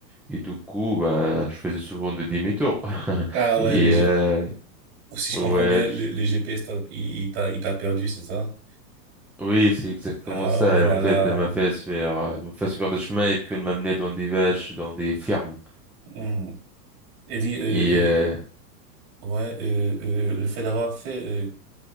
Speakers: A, in the centre; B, on the right (about 40°).
A: Et du coup, bah, je faisais souvent des demi-tours. <laughs>
B: Ah
A: Et
B: ouais, le G-
A: euh,
B: si je
A: ouais,
B: comprends bien, le, le GPS, t'a- il il t'a, il t'a perdu, c'est ça?
A: Oui, c'est exactement
B: Ah
A: ça.
B: voilà
A: elle, En fait,
B: là.
A: elle m'a fait se faire, euh, elle m'a fait faire des chemins et puis elle m'a mené dans des vaches, dans des fermes.
B: Hmm. Et dit, euh,
A: Et euh,
B: euh, Ouais, euh, euh, le fait d'avoir fait, euh,